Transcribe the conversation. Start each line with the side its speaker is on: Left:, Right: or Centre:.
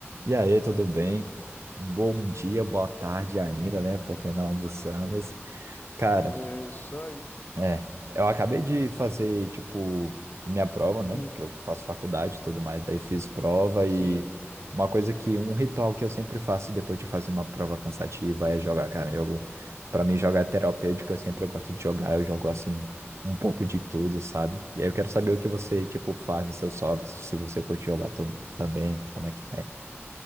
Right: E aí, tudo bem? Bom dia, boa tarde ainda, né? Porque não almoçamos. Cara,
Left: É isso aí.
Right: é, eu acabei de fazer, tipo, minha prova, né?
Left: Como-
Right: Que eu faço faculdade e tudo mais, daí fiz prova
Left: Sim.
Right: e uma coisa que, um ritual que eu sempre faço depois de fazer uma prova cansativa é jogar, cara. Jogo, pra mim, jogar é terapêutico, eu sempre gosto de jogar, eu jogo assim. Um pouco de tudo, sabe? E aí eu quero saber o que você, tipo, faz nos seus hobbies, se você curte jogar to- também, como é que é?